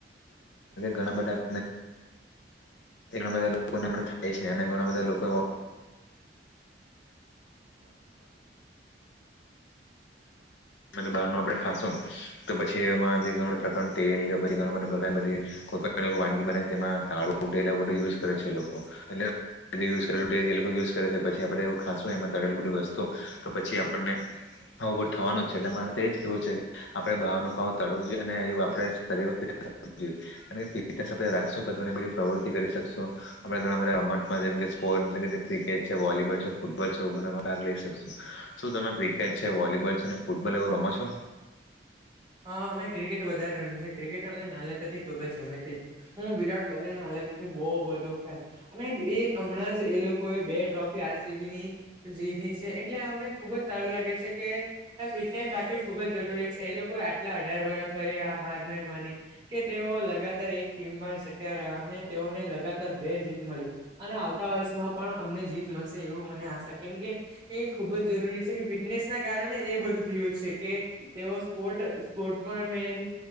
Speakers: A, on the left; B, on the right.
A: ઘણા બધા લોકો ને હમણે થાય છે, અને ઘણાં બધા લોક કો <inaudible> બ આપે ખાશું તો પછી એમાં જે ઘણા પ્રકાર તેલ કે પછી કોઈ વાનગી બના તેમાં કાળું ટેલ બધ યુઝ કરે છે લોકો એટલે યુઝ કરેલ ટે એ લોકો યુઝ કરે પછ આપણે એ ખાસું એમાં તળલ બધું તો પછી આપણને આવું બધું થવાનું જ છે એટલે મારે તો એજ કેવું છે કે આપડે બહારનું ખાવું તાડવું જોઈએ અને એ આપડે શરીર રાખશો તો ઘણી બધી પ્રવૃતિ કરી શકશો આપણે ઘણા બધા રમત સ્પોર્ટ ક્રિકેટ છે વોલીબોલ છે ફૂટબોલ છે આવું બધું શું તમે ક્રિકેટ છે વોલીબોલ છે ફૂટબોલ એવું રમો છો?
B: હા અમે ક્રિકેટ વધારે રમીએ ક્રિકેટ અમને નાનતાથી ખુબ જ ગમે છે હું વિરાટ કોહલીનો બો બધો ફેન અને એ હમણાં જ એ લોકો એ બે ટ્રોફી હસીવી જીઈતી છે એટલે અમને ખુબ જ સારું લાગે છે કે ફિટનેસ રાખવી ખુબ જરૂરી છે એટલે કોઈ આટલા અઢાર વ પ આ હાર ન માની કે તેઓ લગાતાર એક ટીમમાં જટ્યા રહ્યા. તેઓને લગાતાર બે જીત મળી અને આવતા વર્ષમાં પણ અમને જીત મળશે એવું મને આશા કે કે એ ખુબ જ જરૂરી છે કે ફિટનેસ ના કારણે એ બધું થયું છે કે તેઓ સ્પોર્ટ સ્પોર્ટ પણ મેન